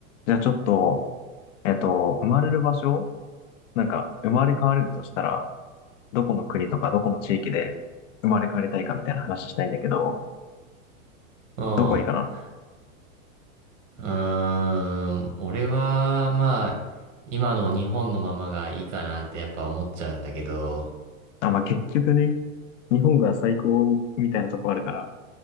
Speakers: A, on the left; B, on the right.
A: じゃあちょっと、えっと、生まれる場所なんか、生まれ変われるとしたら、どこの国とかどこの地域で生まれ変わりたいかみたいな話したいんだけど、
B: うん。
A: どこがいいかな
B: うーん。俺は、まあ、今の日本のままがいいかなってやっぱ思っちゃうんだけど、
A: あ、まあ、結局ね、日本が最高みたいなとこあるから、